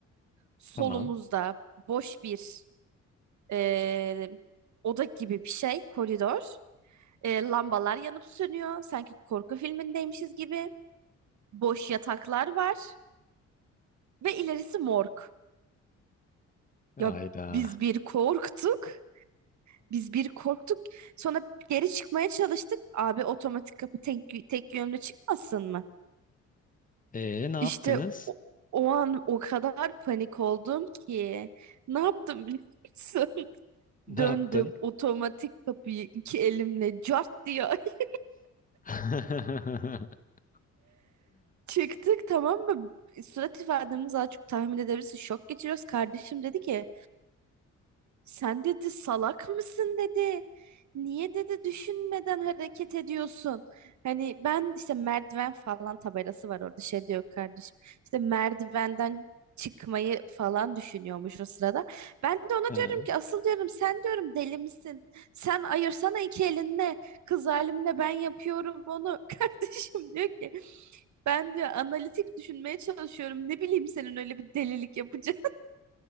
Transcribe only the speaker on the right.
Solumuzda
boş bir eee, oda gibi bir şey koridor. Eee, lambalar yanıp sönüyor. Sanki korku filmindeymişiz gibi. Boş yataklar var. Ve ilerisi morg.
Ya biz bir korktuk. Biz bir korktuk. Sonra geri çıkmaya çalıştık. Abi otomatik kapı tek, tek yönlü çıkmasın mı?
İşte o, o an o kadar panik oldum ki. Ne yaptım biliyor musun? <laughs>
Döndüm
otomatik kapıyı iki elimle cart diye <laughs>
çıktık tamam mı? Surat ifademiz az çok tahmin edebilirsin. Şok geçiriyoruz. Kardeşim dedi ki Sen dedi salak mısın dedi. Niye dedi düşünmeden hareket ediyorsun? Hani ben işte merdiven falan tabelası var orada şey diyor kardeşim. İşte merdivenden çıkmayı falan düşünüyormuş o sırada. Ben de ona
diyorum ki asıl diyorum sen diyorum deli misin? Sen ayırsana iki elinle. Kız halimle ben yapıyorum onu. <laughs> Kardeşim diyor ki ben diyor analitik düşünmeye çalışıyorum. Ne bileyim senin öyle bir delilik yapacağını.